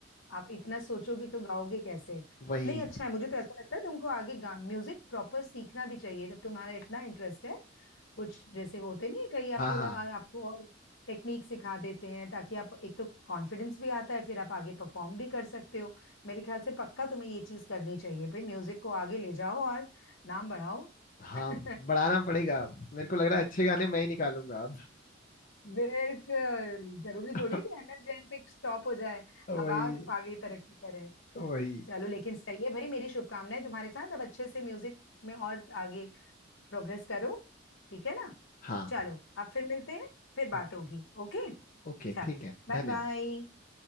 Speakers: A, on the left (about 85°); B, on the left (about 45°).
A: आप इतना सोचोगे तो गाओगे कैसे
B: वही
A: नहीं अच्छा है मुझे तो ऐसा लगता है तुमको आगे गा म्यूजिक प्रॉपर सीखना भी चाहिए जब तुम्हारा इतना इंटरेस्ट है कुछ जैसे होते नहीं है, कहीं
B: हाँ
A: आप थोड़ा
B: हाँ
A: आपको और टेक्निक सिखा देते हैं ताकि आप एक तो कॉन्फिडेंस भी आता है फिर आप आगे परफॉर्म भी कर सकते हो मेरे ख्याल से पक्का तुम्हें ये चीज करनी चाहिए भाई म्यूजिक को आगे ले जाओ और नाम बढ़ाओ
B: हाँ
A: <laughs>
B: बढ़ाना पड़ेगा मेरे को लग रहा है अच्छे गाने
A: हाँ
B: मैं ही निकालूंगा
A: बिल्कुल जरूरी थोड़ी
B: अब
A: है कि अनब जैन पे स्टॉप हो जाए
B: <laughs> वही
A: अब आप आगे तरक्की करें
B: वही
A: चलो लेकिन सही है भाई मेरी शुभकामनाएं तुम्हारे साथ अब अच्छे से म्यूजिक में और आगे प्रोग्रेस करो ठीक है ना
B: हाँ
A: चलो अब फिर मिलते हैं फिर बात
B: ओके
A: होगी ओके
B: ओके
A: चलो
B: ठीक है
A: बाय
B: धन्यवाद
A: बाय